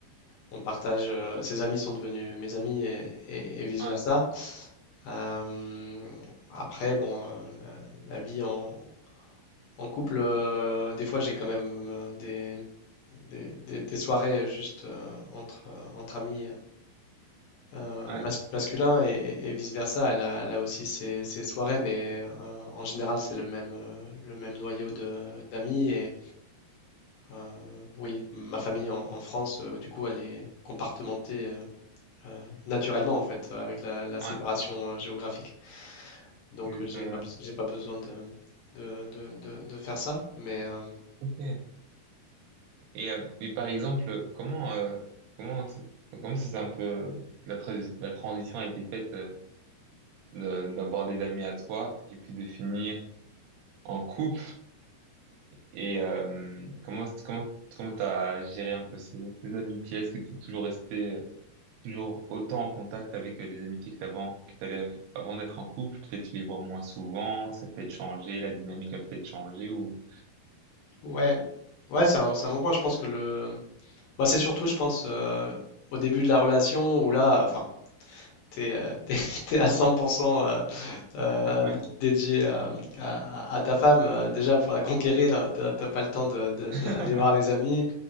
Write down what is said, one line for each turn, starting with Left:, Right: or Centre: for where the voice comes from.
Left: on partage, euh, ses amis sont devenus mes amis et, et- vice-versa.
Right: ouais,
Left: Euh, après, bon, euh, la, la vie en, en couple, euh, des fois j'ai quand même euh, des, des, des- des soirées juste euh, entre, euh, entre amis euh,
Right: ouais,
Left: mas- masculins et, et vice-versa. Elle a, elle a aussi ses, ses soirées, mais euh, en général c'est le même, euh, le même noyau de- d'amis. Et euh, oui, ma famille en, en France, euh, du coup, elle est compartimentée euh, naturellement en fait, euh, avec la, la séparation
Right: ouais,
Left: euh, géographique. Donc
Right: exactement.
Left: euh, j'ai pas, bes-
Right: ouais.
Left: j'ai pas besoin de, de, de- de- de faire ça. Mais euh,
Right: Ok. Et, euh, mais par exemple, comment, euh, comment, ça- comment ça s'est un peu, euh, la, tra- la transition a été faite euh, de- d'avoir des amis à toi et puis de finir en couple et euh, comment, comment, comment t'as géré un peu ces, ces amitiés? Est-ce que t'es toujours resté, euh, toujours autant en contact avec euh, les amitiés que t'avais, que t'avais av- avant d'être en couple? Peut-être tu les vois moins souvent, ça a peut-être changé, la dynamique a peut-être changé ou,
Left: ouais, ouais, c'est un, c'est un bon point. Je pense que le, bah, c'est surtout, je pense, euh, au début de la relation où là, enfin, t'es, euh, <laughs> t'es- t'es à 100% euh, euh,
Right: <laughs> ouais,
Left: dédié à, à- à ta femme. euh, déjà pour la conquérir, euh, t'as t'as pas le temps de- de-
Right: <laughs>
Left: d'aller voir les amis.